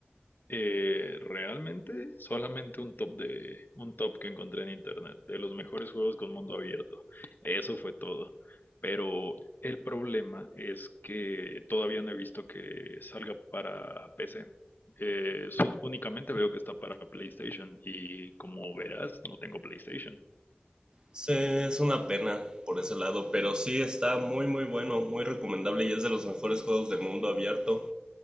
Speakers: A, on the left; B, on the right.
A: Eh, realmente solamente un top de un top que encontré en internet de los mejores juegos con mundo abierto. Eso fue todo. Pero el problema es que todavía no he visto que salga para PC. Eh, son- únicamente veo que está para PlayStation y como verás, no tengo PlayStation.
B: Sí, es una pena por ese lado, pero sí está muy muy bueno, muy recomendable y es de los mejores juegos de mundo abierto